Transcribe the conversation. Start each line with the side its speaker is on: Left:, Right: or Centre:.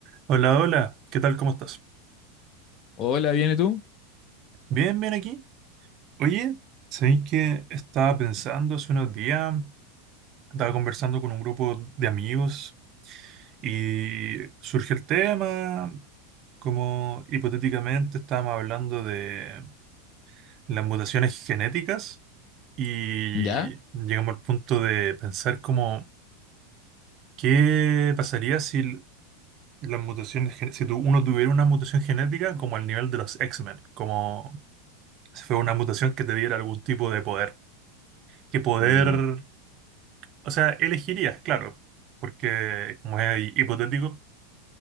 Right: Hola, hola, ¿qué tal? ¿Cómo estás?
Left: Hola, ¿viene tú?
Right: Bien, bien aquí. Oye, ¿sabéis que estaba pensando hace unos días? Estaba conversando con un grupo de amigos y surge el tema, como hipotéticamente estábamos hablando de las mutaciones genéticas y
Left: ¿Ya?
Right: llegamos al punto de pensar como, ¿qué pasaría si las mutaciones, gen- si tu- uno tuviera una mutación genética como al nivel de los X-Men? como si Fue una mutación que te diera algún tipo de poder. Que poder,
Left: Uh,
Right: o sea, elegirías, claro, porque como es hi- hipotético,